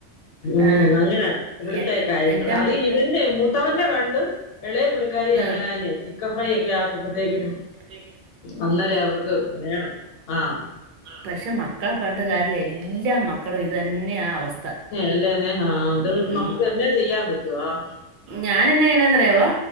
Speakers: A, on the left; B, on the right.
A: ഉം
B: ആ
A: അങ്ങനാ ഇവിടുത്തെ
B: എ
A: കാര്യങ്ങൾ
B: എൻ്റെ
A: അത്
B: മു-
A: ഇവൻ തെ മൂത്തവെന്റെ കണ്ട് എളേ പുള്ളിക്കാരി
B: ആ
A: അങ്ങനെന്നെ ചിക്കെൻ ഫ്രൈ ഒക്കെ ആക്കുമ്പോത്തേക്കിനും.
B: ത്തേക്ക്നും.
A: അന്നേരം അവർക്ക് ആഹ്.
B: പക്ഷേ മക്കളെ പർഞ്ഞിട്ട് കാര്യാല്ല എല്ലാ മക്കളും ഇതെന്നെയ അവസ്ഥ.
A: അല്ലേ നെഹാ ആ അതും ന്നമുക്ക്
B: ഉം.
A: തന്നെ ചെയ്യാൻ പറ്റും ആഹ്.
B: ഞാനെന്നാ ചെയ്യ്ണെ ന്ന്അറിയാവോ